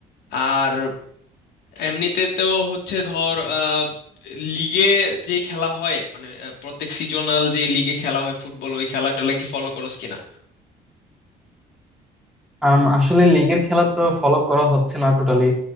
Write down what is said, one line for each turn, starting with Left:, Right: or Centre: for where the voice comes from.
Left: আর এমনিতে তো হচ্ছে ধর আহ, লিগে যে খেলা হয় মানে আহ, প্রত্যেক সিজনাল যে লিগে খেলা হয় ফুটবল ওই খেলাটা কি ফলো করোস কিনা
Centre: আম, আসলে লিগের খেলা তো ফলো করা হচ্ছে না টোটালি